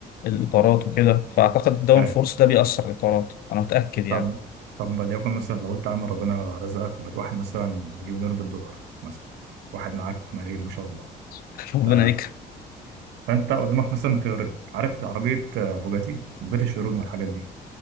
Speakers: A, on the left (about 60°); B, on the right (about 85°).
A: الاطارات وكده فاعتقد الداون
B: فاهم
A: فورس ده بيأثر على الاطارات انا متاكد يعني
B: طب طب وليكن مثلا لو انت عامل ربنا رزقك وبقيت واحد مثلا مليونير بالدولار مثلا واحد معاك ملايين ما شاء الله
A: <laughs> ربنا
B: ف...
A: يكرم
B: فانت قدامك مثلا خيارين عارف عربيه آه، بوجاتي بوجاتي الشيرون والحاجات دي